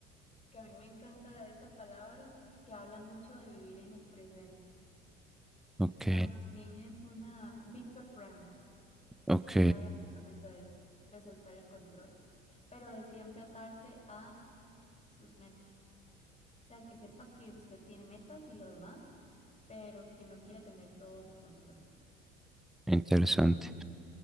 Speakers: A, on the left (about 20°); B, in the centre.
A: que a mí me encanta esa palabra, que habla mucho de vivir en el presente.
B: ok,
A: También es una, Víctor Frank,
B: ok,
A: él habla justamente de eso, de soltar el control, pero de siempre atarse a sus metas. O sea, que sepa que usted tiene metas y lo demás, pero que no quiera tener todo bajo control.
B: interesante,